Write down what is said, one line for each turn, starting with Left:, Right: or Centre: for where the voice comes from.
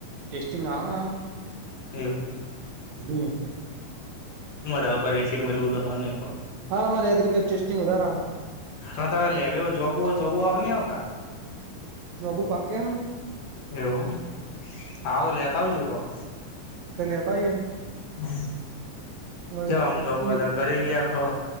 Right: ટેસ્ટિંગ આવે આવે.
Left: એવું.
Right: હમ.
Left: હમ બધા લોકો રસીંગ મેલવું તો હો નહી કોણ.
Right: હા અમા એગસ્ટિંગ ઉધાર
Left: અને તમે લે હો જોબુ <unintelligible> હો જોબુ આવ ન આવતા.
Right: જોબુ પાકે હે
Left: એવું આવો તો લેતા આવજુ કોક
Right: પ લેતા એમ
Left: હ
Right: હવે
Left: ક આમ જવું ઘરે ગયા ખો